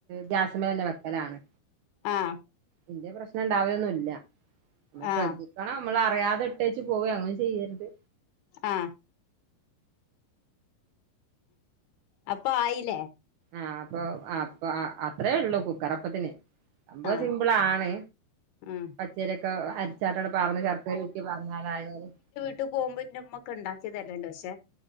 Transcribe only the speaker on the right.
ഗ്യാസമളന്നെ വെക്കലാണ്.
ഇന്റെ പ്രശ്നം ഉണ്ടാവൊന്നുല്ല നമ്മ ശ്രദ്ധ
കണം നമ്മള അറിയാതെട്ടേച്ച് പോവ അങ്ങനെ ചെയ്യരുത്.
ആഹ് അപ്പൊ അപ്പൊ അത്രയേ ഉള്ളു കുക്കറപ്പത്തിന്. സംഭവം
സിമ്പിൾ ആണ്
പച്ചരിക്കെ അഹ് ചാട്ടോട് പറഞ്ഞു ശരക്കര ഉരുക്കി പറഞ്ഞ ആളായാലും.